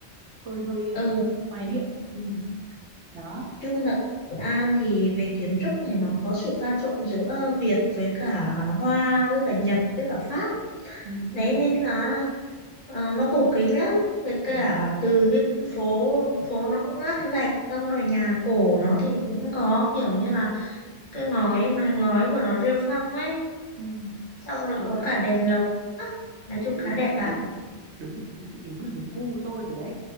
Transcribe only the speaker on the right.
hơi hơi
ờ, hoài niệm ừ đó
ừ ừ
ừ,
ừ.
được
đấy
Ui
thì
đúng
đúng đúng đúng là đúng gu tôi rồi đấy